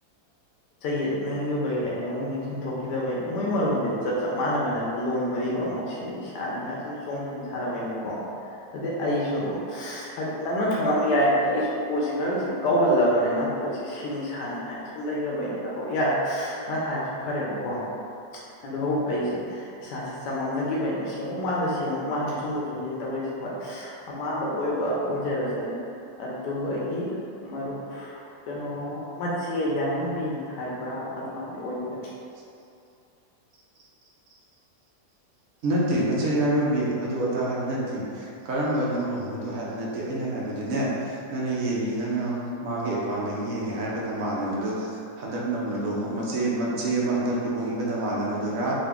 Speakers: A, on the left; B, on the right.
A: ꯆꯌꯦꯠꯅꯒꯤꯕꯩ ꯑꯩ ꯑꯃꯨꯛ ꯅꯤꯡꯁꯤꯡ ꯊꯣꯛꯈꯤꯗꯕꯩꯅ ꯃꯣꯏ ꯃꯔꯣꯟꯗꯗꯤ ꯆꯞ ꯆꯞ ꯃꯥꯟꯅꯕꯩꯅ ꯑꯃꯨ ꯂꯣꯟ ꯃꯔꯤꯗꯣ ꯑꯃꯨꯛ ꯁꯤꯅꯤ ꯁꯥꯅꯤ ꯑꯗꯨꯨꯝ ꯆꯣꯡꯐꯤꯟ ꯁꯥꯅꯕꯩꯅꯤꯀꯣ ꯑꯗꯩ ꯑꯩꯁꯨ ꯍꯥꯏꯗꯤ ꯅꯪꯅ ꯈꯪꯉꯝꯕ ꯌꯥꯏ ꯑꯩꯁꯨ ꯄꯣꯠꯁꯤ ꯈꯔ ꯈꯁꯤ ꯀꯥꯎꯒꯜꯂꯕꯅꯤꯅ ꯄꯣꯠꯁꯤ ꯁꯤꯅꯤ ꯁꯥꯅꯤ ꯍꯥꯏꯅ ꯁꯨꯝ ꯂꯩꯔꯕꯩꯅꯤꯗ ꯍꯣꯏ ꯌꯥꯔꯦ ꯅꯪ ꯍꯥꯏꯔꯁꯨ ꯐꯔꯦꯕꯀꯣ ꯑꯗꯣ ꯍꯧꯖꯤ ꯑꯩꯁꯦ ꯏꯁꯥꯁꯦ ꯆꯃꯝꯅꯈꯤꯕ ꯑꯩꯅꯣ ꯁꯦꯝꯃꯨꯛ ꯃꯥꯜꯂꯦ ꯁꯦꯝꯃꯨꯛ ꯃꯥꯜꯂꯦ ꯆꯣꯡꯗꯣꯛ ꯆꯣꯡꯁꯤꯟ ꯇꯧꯋ ꯍꯣꯏ ꯑꯃꯥꯟꯕꯗ ꯑꯣꯏꯕ ꯑꯣꯏꯖꯔꯁꯅꯤ ꯑꯗꯨ ꯑꯩꯒꯤ ꯃꯔꯨꯞ ꯀꯩꯅꯣ ꯃꯆꯦ ꯌꯥꯝꯏꯃꯝꯕꯤꯅꯤ ꯍꯥꯏꯕ꯭ꯔꯥ ꯑꯗꯨꯃꯥꯏꯅꯗꯤ ꯑꯣꯏꯈꯤꯕꯅꯤ
B: <unintelligible> ꯅꯠꯇꯦ ꯃꯆꯩ ꯌꯥꯏꯃꯕꯤ ꯑꯗꯨ ꯑꯗꯥ ꯍꯥꯏꯕ ꯅꯠꯇꯦ ꯀꯔꯝꯕꯅꯧ ꯂꯨꯍꯉꯩꯗꯣ ꯍꯥꯏꯕ ꯅꯠꯇꯦ ꯑꯩꯅ ꯍꯥꯏ ꯍꯥꯏꯕꯗꯨꯅꯦ ꯅꯪꯅ ꯌꯦꯡꯉꯤ ꯅꯪꯅ ꯃꯥꯒꯤ ꯑꯦꯀꯥꯎꯟ ꯌꯦꯡꯉꯦ ꯍꯥꯏꯔꯕ ꯅ ꯃꯥꯟꯅꯕꯗꯨ ꯍꯟ ꯍꯟꯗꯛ ꯅꯧꯅ ꯂꯨꯍ ꯃꯆꯦ ꯃꯆꯦ ꯑꯃ ꯍꯟꯗꯛ ꯂꯨꯍꯣꯡꯉꯤꯕ ꯅꯃꯥꯟꯅꯕꯗꯨꯔ